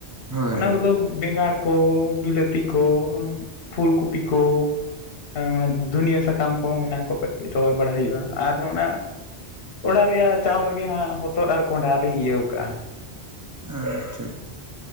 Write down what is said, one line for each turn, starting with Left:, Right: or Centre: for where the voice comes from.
Right: ᱦᱳᱭ
Left: ᱚᱱᱟ ᱠᱚᱫᱚ ᱵᱮᱸᱜᱟᱲ ᱾ ᱠᱚ ᱵᱤᱞᱟᱹᱛᱤ ᱠᱚ ᱯᱷᱩᱞᱠᱩᱯᱤ ᱠᱚ ᱾ <inaudible> ᱫᱷᱩᱱᱤᱭᱟᱹ ᱥᱟᱠᱟᱢ ᱠᱚ ᱚᱱᱟ ᱠᱚ ᱠᱟᱹᱴᱤᱡ ᱨᱚᱦᱚᱭ ᱵᱟᱲᱟᱟᱭ ᱦᱩᱭᱩᱜᱼᱟ ᱟᱨ ᱚᱱᱟ ᱚᱲᱟᱜ ᱨᱮᱭᱟᱜ ᱪᱟᱣ ᱨᱮᱜᱮ ᱦᱟᱸᱜ ᱦᱚᱛᱚᱫ ᱟᱨ ᱠᱚᱸᱰᱷᱟ ᱞᱤᱧ ᱤᱭᱟᱹ ᱠᱟᱜᱼᱟ ᱾
Right: ᱟ ᱴᱷᱤᱠ ᱜᱮᱭᱟ ᱾